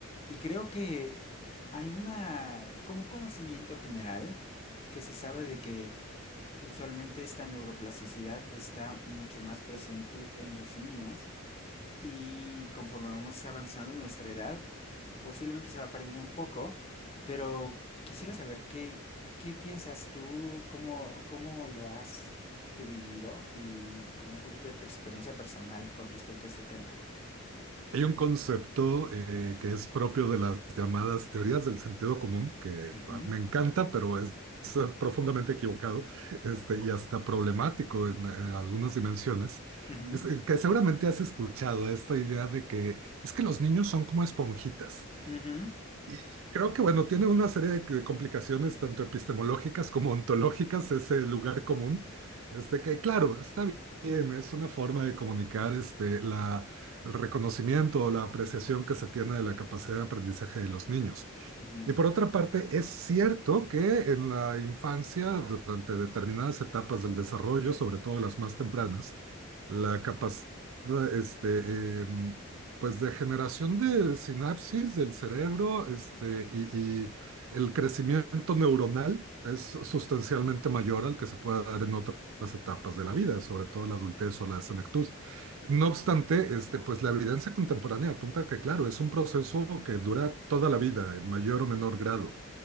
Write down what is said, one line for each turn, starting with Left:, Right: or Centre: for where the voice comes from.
Left: y creo que hay una, como un conocimiento general que se sabe de que usualmente esta neuroplasticidad está mucho más presente en los niños y conforme vamos avanzando en nuestra edad, posiblemente se va perdiendo un poco, pero quisiera saber qué, qué piensas tú, cómo, cómo lo has tú vivido y como un poquito de tu experiencia personal con respecto a este tema.
Right: Hay un concepto eh, que es propio de las llamadas teorías del sentido común, que
Left: Ujú,
Right: ah, me encanta, pero es, es, eh, profundamente equivocado este, y hasta problemático en eh, algunas dimensiones.
Left: ujú,
Right: Es, eh, que seguramente has escuchado esta idea de que es que los niños son como esponjitas.
Left: ujú,
Right: Y creo que, bueno, tiene una serie de de complicaciones tanto epistemológicas como ontológicas, ese lugar común, este que, claro, está bien, es una forma de comunicar este, la, el reconocimiento o la apreciación que se tiene de la capacidad de aprendizaje de los niños.
Left: ujú,
Right: Y por otra parte, es cierto que en la infancia, durante determinadas etapas del desarrollo, sobre todo las más tempranas, la capacidad este, em, pues de generación de sinapsis del cerebro, este, y, y el crecimiento neuronal es sustancialmente mayor al que se puede dar en otras etapas de la vida, sobre todo la adultez o la senectud. No obstante, este, pues la evidencia contemporánea apunta a que, claro, es un proceso que dura toda la vida, en mayor o menor grado,